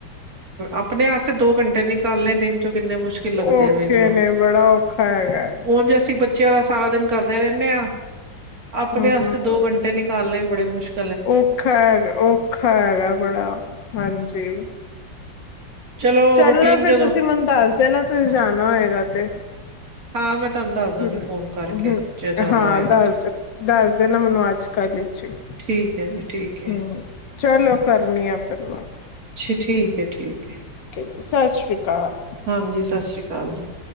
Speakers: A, on the right; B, on the left.
A: ਆਪਨੇ ਆਸਤੇ ਦੋ ਘੰਟੇ ਨਿਕਾਲਨੇ ਦਿੰਨ ਚੋਂ ਕਿੰਨੇ ਮੁਸ਼ਕਿਲ ਲੱਗਦੇ
B: ਔਖ਼ੇ
A: ਆ ਵੇਖਲੋ
B: ਨੇ ਬੜਾ ਔ ਖਰ
A: ਉਝ
B: <unintelligible>
A: ਅਸੀਂ ਬੱਚਿਆਂ ਦਾ ਸਾਰਾ ਦਿਨ ਕਰਦੇ ਰਹਿੰਦੇ ਆਂ। ਆਪਣੇ
B: ਹਮ
A: ਵਾਸਤੇ ਦੋ ਘੰਟੇ ਨਿਕਾਲ ਲਏ। ਬੜੇ ਮੁਸਕ
B: ਔਖਾ ਹੈ ਔਖਾ ਹੈਗਾ ਬੜਾ ਹਾਂਜੀ।
A: ਚਲੋ
B: ਚੱਲ
A: ਰੂਟੀਨ
B: ਨਾ ਫਿਰ
A: ਜਦੋਂ
B: ਤੁਸੀਂ ਮੈਨੂੰ ਦੱਸਦੇ ਨਾ ਤੁਸੀਂ ਜਾਣਾ ਹੋਏਗਾ ਤੇ <inaudible>
A: ਹਾਂ ਮੈਂ ਤੁਹਾਨੂੰ ਦੱਸ ਦਾਂਗੀ
B: ਹੂੰ
A: ਫੋਨ ਕਰਕੇ
B: -ਹੂੰ
A: ਜੇ ਜਾਣਾ
B: ਹਾਂ
A: ਹੋਏਗਾ
B: ਦੱਸ
A: ਤੇ
B: ਦੱਸ ਦੇ ਨਾ ਮੈਨੂੰ ਅੱਜ ਕੱਲ 'ਚ ਹੀ ਹੂੰ।
A: ਠੀਕ ਹੈ ਜੀ ਠੀਕ ਹੈ
B: ਚਲੋ ਕਰਨੀ ਆ ਫਾਂ
A: <unintelligible> ਠੀਕ ਠੀਕ ਹੈ
B: ਸਤਿ ਸ਼੍ਰੀ ਅਕਾਲ।
A: ਹਾਂਜੀ ਸਤਿ ਸ੍ਰੀ ਅਕਾਲ ਜੀ।